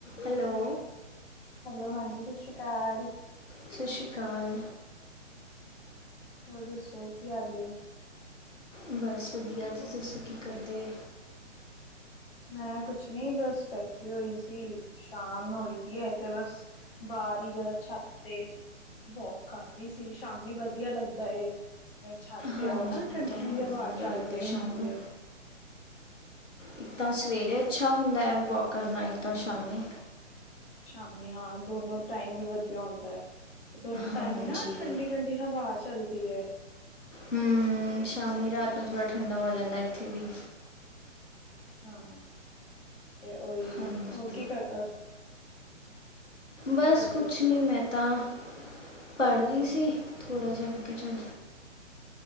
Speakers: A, on the left (about 80°); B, on the left (about 50°).
A: Hello.
B: Hello ਹਾਂਜੀ ਸਸ ਰੀ ਕਾਲ।
A: ਸਸ਼ੀ ਕਾਰ।
B: ਹੋਰ ਦੱਸੋ, ਕੀ ਹਾਲ ਨੇ।
A: ਬਸ ਵਦੀਆ, ਤੁਸੀ ਦੱਸੋ ਕੀ ਕਰਦੇ।
B: ਮੈਂ ਕੁਛ ਨੀ ਬਸ ਬੈਠੀ ਹੋਈ ਸੀ, ਸ਼ਾਮ ਹੋਈ ਦੀ ਐ ਤੇ ਬਸ ਬਾਰ ਈ ਜਰਾ ਛੱਤ ਤੇ। ਵੌਕ ਕਰ ਰੀ ਸੀ ਸ਼ਾਮੀ ਵਦੀਆ ਲੱਗਦਾ ਏ। ਜਿਵੇਂ ਛੱਤ
A: ਹਾਂਜੀ
B: ਆਓ ਨਾ
A: ਉਹ
B: ਠੰਡੀ-ਠੰਡੀ
A: ਤਾਂ ਹੈ
B: ਹਵਾ
A: ਵਧੀਆ
B: ਚੱਲ
A: ਲੱਗਦਾ
B: ਰਈ ਹੁੰਦੀ
A: ਸ਼ਾਮ ਨੂੰ
B: ਐ।
A: ਇੱਕ ਤਾਂ ਸਵੇਰੇ ਅੱਛਾ ਹੁੰਦਾ ਐ ਵੌਕ ਕਰਨਾ ਇੱਕ ਤਾਂ ਸ਼ਾਮੀ।
B: ਸ਼ਾਮੀ ਹਾਂ ਦੋਨੋ ਟਾਈਮ ਵੀ ਵਦੀਆ ਹੁੰਦਾ ਐ। ਤੇ ਦੋਨੋ
A: ਹਾਂਜੀ
B: ਟਾਈਮ ਈ ਨਾ ਠੰਡੀ-ਠੰਡੀ ਹਵਾ ਚੱਲਦੀ ਐ।
A: ਹੂੰ ਸ਼ਾਮੀ ਰਾਤ ਨੂੰ ਥੋੜਾ ਠੰਡਾ ਹੋ ਜਾਂਦਾ ਏਥੇ ਵੀ।
B: ਹਾਂ ਤੇ ਓਈ
A: ਹਾਂਜੀ
B: ਹੋਰ ਕੀ ਕਰਦਾ
A: ਬਸ
B: ਕਰਦੇ
A: ਕੁੱਛ
B: ਸੀ
A: ਨੀ ਮੈਂ ਤਾਂ ਪੜ ਰੀ
B: ਹਾਂ
A: ਸੀ ਥੋੜਾ ਜਾ ਮੈਂ ਕਿਆ ਚੱਲ